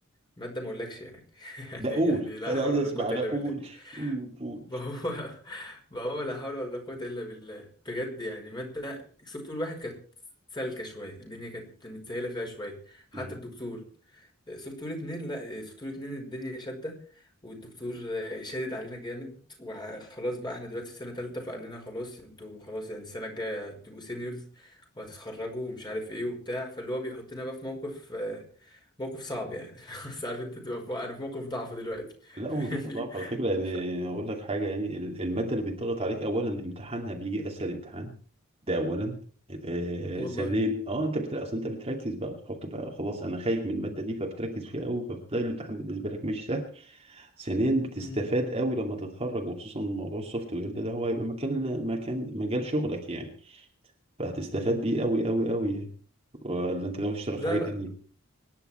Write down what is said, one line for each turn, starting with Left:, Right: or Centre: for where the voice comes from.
Left: مادة ما اقولكش يعني <laughs> يعني
Right: ده قول
Left: يعني لا
Right: انا
Left: حول
Right: عايز
Left: ولا
Right: اسمع
Left: قوة إلا
Right: ده
Left: بالله
Right: قول قول
Left: <laughs>
Right: قول
Left: ما هو ما هو لا حول ولا قوة إلا بالله بجد يعني مادة سوفت وير واحد كانت سالكة شوية الدنيا كانت متسهلة فيها شوية حتى
Right: مم.
Left: الدكتور سوفت وير اتنين لا سوفت وير اتنين الدنيا شادة والدكتور شادد علينا جامد وخلاص بقى احنا دلوقتي في سنة تالتة فقال لنا خلاص انتوا خلاص يعني السنة الجاية هتبقوا سينيورز وهتتخرجوا ومش عارف ايه وبتاع فاللي هو بيحطنا بقى في موقف آه، موقف صعب يعني <laughs> بس عارف انت تبقى في- انا في موقف ضعف دلوقتي
Right: لا
Left: <laughs> فاهمني؟
Right: هو مش ممكن ضغط على فكره يعني
Left: ف-
Right: يعني اقول لك حاجه يعني ال- الماده اللي بيتضغط عليك اولا امتحانها بيجي اسهل امتحان ده اولا آه
Left: والله
Right: ثانيا اه انت بتلاقي اصل انت بتركز بقى وبتحط بقى خلاص انا خايف من الماده دي فبتركز فيها قوي فبتلاقي الامتحان بالنسبه لك ماشي سهل ثانيا بتستفاد
Left: مم.
Right: قوي لما تتخرج وخصوصا موضوع السوفت وير ده, ده هو هيبقى مكان مكان مجال شغلك يعني فهتستفاد
Left: مم.
Right: بيه قوي قوي قوي يعني ولا انت ناوي تشتغل
Left: لا
Right: في حاجه
Left: لا
Right: تانيه